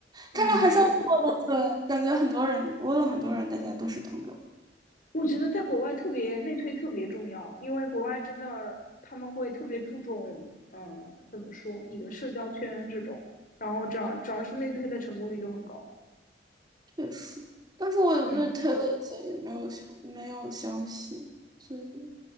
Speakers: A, on the left; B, on the right.
A: 嗯，
B: 看来还是要过的，
A: 是，
B: 对，感觉很多人，我问了很多人，大家都是通过。
A: 我觉得在国外特别内推特别重要，因为国外真的他们会特别注重，嗯，怎么说，你的社交圈这种，然后只要只要是内推的成功率都很高。
B: 也是，但是我有那
A: 嗯。
B: t 了，l 以前也没有消没有消息，所以